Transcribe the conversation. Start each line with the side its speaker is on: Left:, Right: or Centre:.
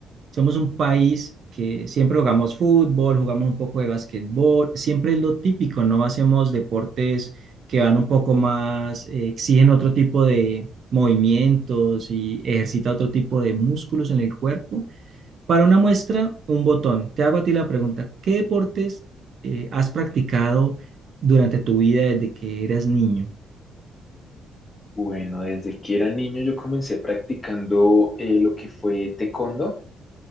Right: somos un país que siempre jugamos fútbol, jugamos un poco de basquetbol, siempre es lo típico, no hacemos deportes que van un poco más, eh, exigen otro tipo de movimientos y ejercita otro tipo de músculos en el cuerpo. Para una muestra, un botón. Te hago a ti la pregunta, ¿qué deportes eh, has practicado durante tu vida desde que eras niño?
Left: Bueno, desde que era niño yo comencé practicando eh, lo que fue taekwondo